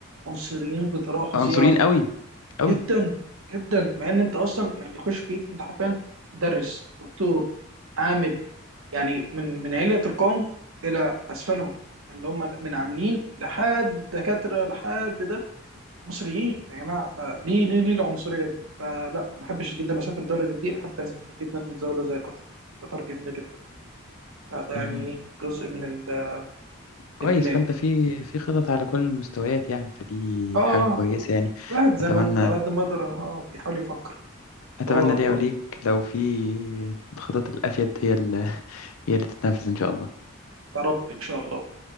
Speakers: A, on the right; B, on the left.
A: عنصريين بطريقة فظيعة
B: عنصريين قوي قوي
A: جدا جدا مع إن أنت أصلا يعني خش الكويت أنت حرفيا مدرس دكتور عامل يعني من من علية القوم إلى أسفلهم يعني اللي هم من عاملين لحد دكاترة لحد ده مصريين يا جماعة فليه ليه ليه العنصرية دي؟ فلا ما أحبش جدا أسافر دولة زي دي أحب أسافر جدا دولة زي قطر قطر جميلة جدا فده يعني
B: مهم.
A: إيه جزء من ال-
B: كويس
A: البلاد
B: فانت في في خطط على كل المستويات يعني فدي
A: آه
B: حاجة كويسة يعني
A: الواحد زي
B: اتمنى
A: ما على قد ما يقدر آه بيحاول يفكر
B: اتمنى
A: هو
B: ليا
A: فاضي
B: وليك لو في الخطط الافيد هي اللي هي اللي تتنفذ ان شاء الله
A: يا رب إن شاء الله